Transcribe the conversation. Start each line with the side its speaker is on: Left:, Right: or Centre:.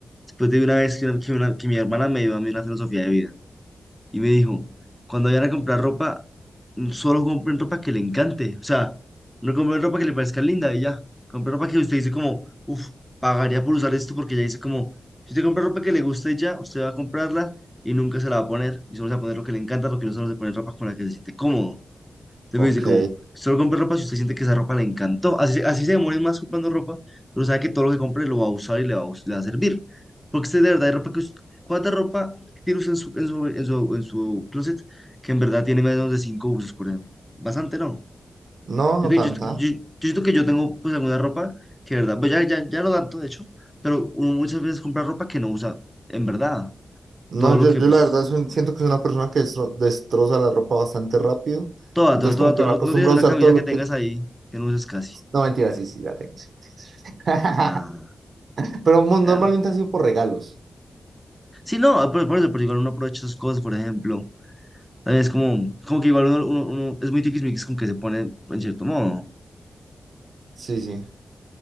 Centre: después de una vez que, que una- que mi hermana me dio a mí una filosofía de vida. Y me dijo, cuando vayan a comprar ropa, mm, solo compren ropa que le encante. O sea, no compren ropa que le parezca linda y ya. Compren ropa que usted dice como, uff, pagaría por usar esto porque ya dice como, si usted compra ropa que le guste ya, usted va a comprarla y nunca se la va a poner. Y solo se va a poner lo que le encanta porque no solo se pone ropa con la que se siente cómodo. Entonces
Right: Ok.
Centre: me dice como, solo compre ropa si usted siente que esa ropa le encantó. Así, así se demore más comprando ropa, pero sabe que todo lo que compre lo va a usar y le va a, us- le va a servir. Porque usted de verdad hay ropa que us- ¿cuánta ropa tiene usted en su, en su, en su, en su closet que en verdad tiene menos de cinco usos, por ejemplo? Bastante, ¿no?
Right: No,
Centre: Yo,
Right: no
Centre: te-
Right: tanta.
Centre: yo, yo- yo siento que yo tengo pues alguna ropa que de verdad, pues ya, ya, ya no tanto, de hecho, pero uno muchas veces compra ropa que no usa en verdad.
Right: No,
Centre: Todo lo
Right: yo,
Centre: que
Right: yo
Centre: pues,
Right: la verdad es siento que es una persona que destro- destroza la ropa bastante rápido.
Centre: toda,
Right: Entonces,
Centre: toda, toda,
Right: como que
Centre: toda.
Right: me
Centre: No,
Right: acostumbro
Centre: no tienes una
Right: a usar
Centre: camisa
Right: todo lo
Centre: que tengas
Right: que...
Centre: ahí que no uses casi.
Right: No, mentira, sí, sí, la tengo. sí. <laughs>
Centre: Ah.
Right: Pero mo- normalmente
Centre: Claro,
Right: ha sido por regalos.
Centre: Sí, no, ah, por, por eso, porque igual uno aprovecha esas cosas, por ejemplo. también Es como, como que igual uno, uno, uno es muy tiquismiquis con que se pone en cierto modo.
Right: Sí, sí.